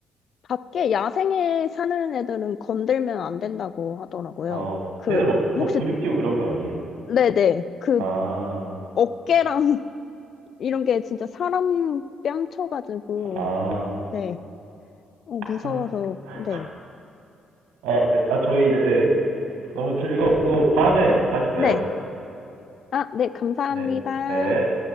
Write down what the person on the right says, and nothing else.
아,
걔네들 막 더
근육지고 그런 거 아니에요?
아,
아,
아, <laughs>
아, 네. 아, 저희 이제 네. 너무 즐거웠고 다음에 다시 봬요.
네, 네.